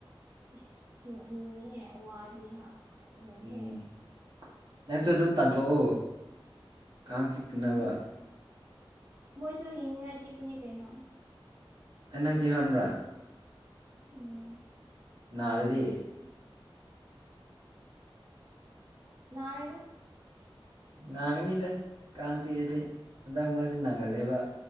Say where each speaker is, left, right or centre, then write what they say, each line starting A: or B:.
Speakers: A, on the right (about 30°); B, on the right (about 55°).
A: ꯏꯁ ꯅꯣꯛꯅꯤꯡꯉꯤꯍꯦ ꯋꯥꯗꯤ ꯂꯩꯍꯦ
B: ꯎꯝ ꯅꯪꯁꯨ ꯑꯗꯨꯝ ꯇꯥꯟꯊꯣꯛꯎ ꯀꯥꯡ ꯆꯤꯛꯇꯅꯕ
A: ꯎꯝ ꯃꯣꯏꯁꯨ ꯍꯤꯡꯅꯤꯡꯉꯥꯏ ꯆꯤꯛꯄꯅꯤ ꯀꯩꯅꯣ
B: ꯑꯩ ꯅꯪꯗꯤ ꯍꯕ꯭ꯔꯥ
A: ꯎꯝ
B: ꯅꯔꯗꯤ
A: ꯅꯥꯔꯣꯢꯗ
B: ꯅꯥꯒꯅꯤꯗ ꯀꯥꯡ ꯆꯤꯛꯑꯗꯤ ꯍꯟꯗꯛ ꯃꯔꯛꯁꯤ ꯅꯥꯒꯜꯂꯦꯕ